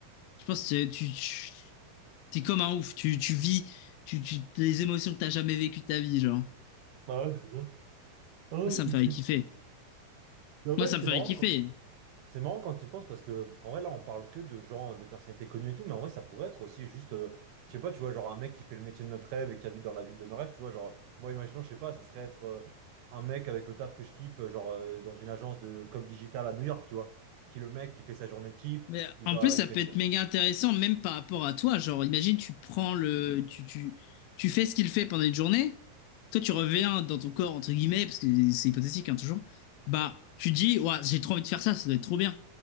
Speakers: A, on the left (about 85°); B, on the right (about 80°).
A: Je pense que tu. tu- T'es comme un ouf. Tu, tu vis tu, tu, les émotions que t'as jamais vécues de ta vie, genre.
B: Ah ouais, c'est ça. Ah
A: Moi,
B: ouais,
A: ça
B: je
A: me ferait
B: suis.
A: kiffer.
B: Mais en
A: Moi,
B: fait,
A: ça
B: c'est
A: me ferait
B: marrant,
A: kiffer.
B: quoi. C'est marrant quand tu y penses parce que en vrai là on parle que de gens, de personnalités connues et tout, mais en vrai ça pourrait être aussi juste, euh, je sais pas, tu vois, genre un mec qui fait le métier de notre rêve et qui habite dans la ville de nos rêves, tu vois, genre moi imaginons, je sais pas, ça serait être euh, un mec avec le taf que je kiffe, euh, genre euh, dans une agence de com digital à New York, tu vois, qui est le mec qui fait sa journée type,
A: Mais
B: il
A: en
B: va,
A: plus,
B: il
A: ça
B: fait
A: peut
B: ça.
A: être méga intéressant, même par rapport à toi. Genre, imagine, tu prends le. Tu, tu, tu fais ce qu'il fait pendant une journée. Toi, tu reviens dans ton corps, entre guillemets, parce que c'est hypothétique, hein, toujours. Bah, tu dis, ouais, j'ai trop envie de faire ça, ça doit être trop bien.